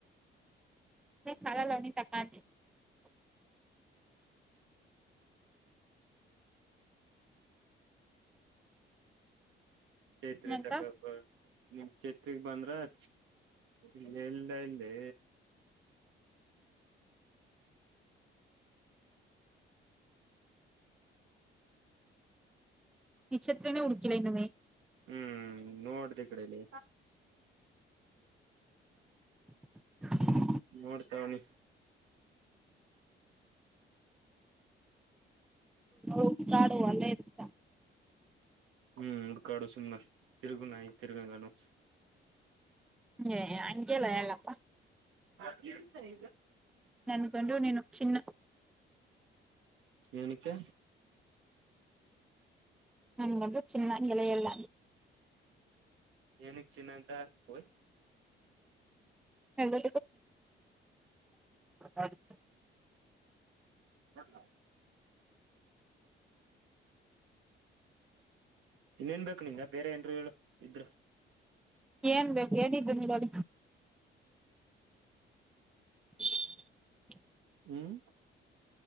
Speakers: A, in the centre; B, on the right (about 80°).
A: ಕಾಲಾ ಲಾವಿ ತಕಂತ
B: ಚೇತ್ರಿ
A: ನಂತ
B: ತಗಬ ನಿಮ ಚೇತ್ಗ್ ಬಂದ್ರ ಅ ಇ ಎಲ್ಲ ಇ ಹೇ
A: ನಿತ್ರನೇ ಹುಡುಕಿಲ್ಲ ಇನವೇ
B: ಹ್ಮ್ ನೋಡ್ದ ಈ ಕಡೆಯಲ್ಲಿ
A: ಹ
B: ನೋಡ್ತಾವಣಿ
A: ಉಗಾಡು ಅಲ್ಲೇ <unintelligible>
B: ಹ್ಮ್ ಹುಡ್ಕಾಡು ಸುಮ್ಮನ ತಿರುಗು ನಾಯಿ ತಿರುಗಂಗು
A: ಏ ಹಂಗೆಲ್ಲ ಹೇಳಪ್ಪಾ
B: <unintelligible> ಇದು ಸರಿ
A: ನನ್ಗೊಂಡು ನೀನು ಚಿನ್ನ
B: ಏನಕ್ಕೆ
A: ನಾನ ಬಗೆ ಚಿನ್ನ ಗೆಲೆಯಳ್ಳ
B: ಏನಗ್ ಚಿನ್ನಂತ ಹಯ್
A: ಹ್ಮ <unintelligible> <unintelligible>
B: ಹ ಇನ್ನೇನ್ಬೇಕೇಕು ನೀನ್ ಬೇರೆ ಏನ್ರು ಹೇಳು ಇದರು
A: ಏನ್ ಬೇಕು ಏನಿದ್ದ ನಡ <unintelligible>
B: ಹ್ಮ್